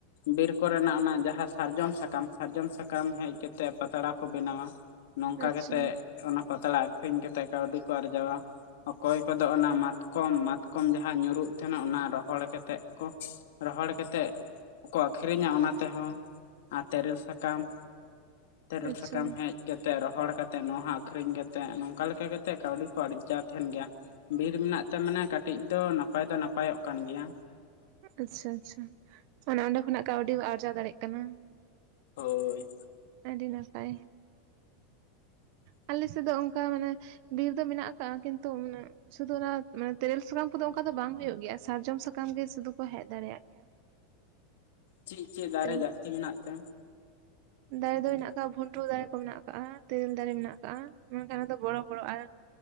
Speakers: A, on the left; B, on the right.
A: ᱵᱤᱨ ᱠᱚᱨᱮᱱᱟᱜ ᱚᱱᱟ ᱡᱟᱦᱟᱸ ᱥᱟᱨᱡᱚᱢ ᱥᱟᱠᱟᱢ ᱥᱟᱨᱡᱚᱢ ᱥᱟᱠᱟᱢ ᱦᱮᱡ ᱠᱟᱛᱮᱜ ᱯᱟᱛᱲᱟ ᱠᱚ ᱵᱮᱱᱟᱣᱟ᱾ᱱᱚᱝᱠᱟ
B: ᱟᱪᱪᱷᱟ
A: ᱠᱟᱛᱮᱜ ᱚᱱᱟ ᱯᱟᱛᱲᱟ ᱟᱠᱷᱨᱤᱧ ᱠᱟᱛᱮᱜ ᱠᱟᱹᱣᱰᱤ ᱠᱚ ᱟᱨᱡᱟᱣᱟ ᱚᱠᱚᱭ ᱠᱚᱫᱚ ᱚᱱᱟ ᱢᱟᱛᱠᱚᱢ ᱢᱟᱛᱠᱚᱢ ᱡᱟᱦᱟᱸ ᱧᱩᱨᱩᱜ ᱛᱟᱦᱮᱱᱟ ᱚᱱᱟ ᱨᱚᱦᱚᱲ ᱠᱟᱛᱮᱜ ᱠᱚ ᱨᱚᱦᱚᱲ ᱠᱟᱛᱮᱫ ᱠᱚ ᱟᱠᱷᱨᱤᱧᱟ ᱚᱱᱟ ᱛᱮᱦᱚᱸ ᱟᱨ ᱛᱮᱨᱮᱞ ᱥᱟᱠᱟᱢ ᱛᱮᱨᱮᱞ
B: ᱟᱪᱪᱷᱟ
A: ᱥᱟᱠᱟᱢ ᱦᱮᱡ ᱠᱟᱛᱮᱫ ᱨᱚᱦᱚᱲ ᱠᱟᱛᱮᱫ ᱱᱚᱣᱟ ᱟᱠᱷᱨᱤᱧ ᱠᱟᱛᱮᱫ ᱱᱚᱝᱠᱟ ᱞᱮᱠᱟ ᱠᱟᱛᱮᱫ ᱠᱟᱹᱣᱰᱤ ᱠᱚ ᱟᱨᱡᱟᱣ ᱛᱟᱦᱮᱱ ᱜᱮᱭᱟ ᱵᱤᱨ ᱢᱮᱱᱟᱜ ᱛᱮ ᱢᱟᱱᱮ ᱠᱟᱹᱴᱤᱡ ᱫᱚ ᱱᱟᱯᱟᱭ ᱫᱚ ᱱᱟᱯᱟᱭᱚᱜ ᱠᱟᱱ ᱜᱮᱭᱟ᱾
B: ᱟᱪᱪᱷᱟᱼᱟᱪᱪᱷᱟ ᱟᱱᱮ ᱚᱸᱰᱮ ᱠᱷᱚᱱᱟᱜ ᱠᱟᱹᱣᱰᱤ ᱠᱚ ᱟᱨᱡᱟᱣ ᱫᱟᱲᱮᱭᱟᱜ ᱠᱟᱱᱟ᱾
A: ᱦᱳᱭ
B: ᱟᱹᱰᱤ ᱱᱟᱯᱟᱭ
A: <inaudible>
B: ᱟᱞᱮ ᱥᱮᱫ ᱫᱚ ᱚᱱᱠᱟ ᱢᱟᱱᱮ ᱵᱤᱨ ᱫᱚ ᱢᱮᱱᱟᱜ ᱟᱠᱟᱜ-ᱟ ᱠᱤᱱᱛᱩ ᱢᱟᱱᱮ ᱥᱩᱫᱷᱩ ᱚᱱᱟ ᱛᱮᱨᱮᱞ ᱥᱟᱠᱟᱢ ᱠᱚᱫᱚ ᱚᱱᱠᱟ ᱫᱚ ᱵᱟᱝ ᱦᱳᱭᱳ ᱜᱮᱭᱟ ᱥᱟᱨᱡᱚᱢ ᱥᱟᱠᱟᱢ ᱜᱮ ᱥᱩᱫᱩ ᱠᱚ ᱦᱮᱡ ᱫᱟᱲᱮᱭᱟᱜ ᱜᱮᱭᱟ᱾
A: ᱪᱮᱫ ᱪᱮᱫ ᱫᱟᱨᱮ
B: ᱛᱮᱨᱮᱞ
A: ᱡᱟᱹᱥᱛᱤ ᱢᱮᱱᱟᱜ ᱛᱮ
B: ᱫᱟᱨᱮ ᱫᱚ ᱢᱮᱱᱟᱜ ᱟᱠᱟᱫ-ᱟ ᱵᱷᱩᱱᱴᱩ ᱫᱟᱨᱮ ᱠᱚ ᱢᱮᱱᱟᱜ ᱟᱠᱟᱟᱜ-ᱟ ᱛᱮᱨᱮᱞ ᱫᱟᱨᱮ ᱢᱮᱱᱟᱜ ᱟᱠᱟᱫ-ᱟ ᱫᱟᱨᱮ ᱫᱚ ᱵᱚᱲᱚ ᱵᱚᱲᱚ ᱟᱨ